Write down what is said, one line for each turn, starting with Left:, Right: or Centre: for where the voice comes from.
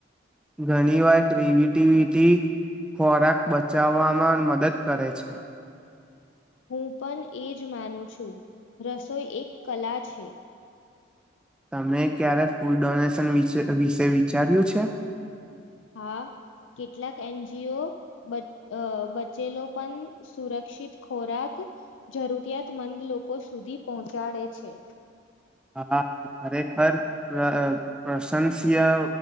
Centre: ઘણીવાર ક્રિએટિવિટી ખોરાક બચાવવામાં મદદ કરે છે.
Left: હું પણ એ જ માનું છું રસોઈ એક કલા છે.
Centre: તમે ક્યારે ફૂડ ડોનેશન વિશે વિશે વિચાર્યું છે.
Left: હા કેટલાક એનજીઓ બચે અ બચેલો પણ સુરક્ષિત ખોરાક જરૂરિયાતમંદ લોકો સુધી પહોંચાડે છે.
Centre: હા ખરેખર પશ પ્રશંસીય